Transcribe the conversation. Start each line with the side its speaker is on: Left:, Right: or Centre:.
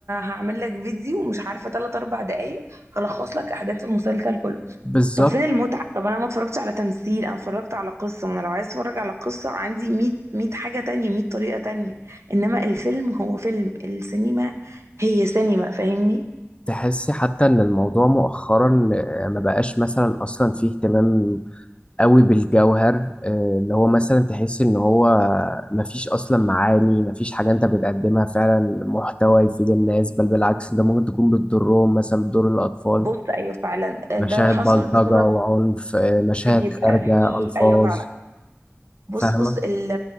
Right: هعمل لك فيديو مش عارفة 3 4 دقايق هلخص لك احداث المسلسل كله
Left: بالظبط
Right: طب فين المتعة طب انا ما اتفرجتش على تمثيل انا اتفرجت على قصة وانا لو عايز اتفرج على قصة عندي 100 100 حاجة تانية 100 طريقة تانية انما الفيلم هو فيلم السينما هي سينما فاهمني
Left: تحسي حتى ان الموضوع مؤخرا آه، ما بقاش مثلا اصلا فيه اهتمام قوي بالجوهر آه، اللي هو مثلا تحسي ان هو ما فيش اصلا معاني ما فيش حاجة انت بتقدمها فعلا محتوى يفيد الناس بل بالعكس انت ممكن تكون بتضرهم مثلا بتضر الاطفال
Right: بص ايوه فعلا آه،
Left: مشاهد
Right: ده حصل
Left: بلطجة
Right: بسبب
Left: وعنف آه، مشاهد
Right: بيبقى
Left: خارجة
Right: فيه
Left: الفاظ
Right: ايوه فعلا بص
Left: فاهمة
Right: بص ال